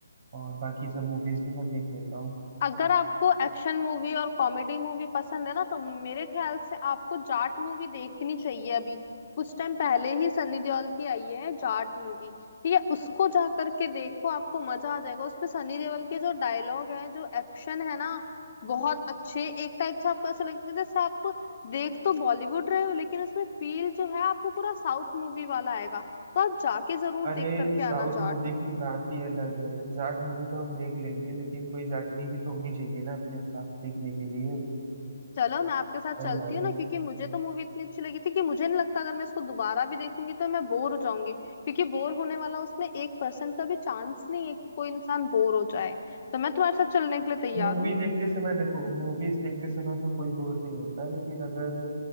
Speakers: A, on the right (about 45°); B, on the left (about 40°).
A: और बाकी सब मूवीज भी मैं देख लेता हूँ
B: अगर आपको एक्शन मूवी और कॉमेडी मूवी पसंद है ना तो मेरे ख्याल से आपको जाट मूवी देखनी चाहिए अभी कुछ टाइम पहले ही सनी देओल की आई है जाट मूवी ठीक है उसको जा करके देखो आपको मजा आ जाएगा उसमें सनी देओल के जो डायलॉग है जो एक्शन है ना बहुत अच्छे एक टाइप से आपको ऐसा लगेगा जैसे आप देख तो बॉलीवुड रहे हो लेकिन उसमें फील जो है आपको पूरा साउथ मूवी वाला आएगा तो आप जाके जरूर
A: अरे
B: देख करके आना
A: साउथ
B: जाट
A: मूवी की बात ही अलग है जाट मूवी तो हम देख लेंगे लेकिन कोई जाटनी भी तो होनी चाहिए ना अपने साथ देखने के लिए
B: चलो मैं आपके साथ
A: सही
B: चलती
A: बात
B: हूँ
A: है
B: ना क्योंकि मुझे तो मूवी इतनी अच्छी लगी थी कि मुझे नहीं लगता अगर मैं इसको दोबारा भी देखूंगी तो मैं बोर हो जाऊंगी क्योंकि बोर होने वाला उसमें एक परसेंट का भी चांस नहीं है कि कोई इंसान बोर हो जाए तो मैं तुम्हारे साथ चलने के लिए तैयार
A: मूवी
B: हूँ
A: देखते समय देखो मूवीज देखते समय तो कोई बोर नहीं होता लेकिन अगर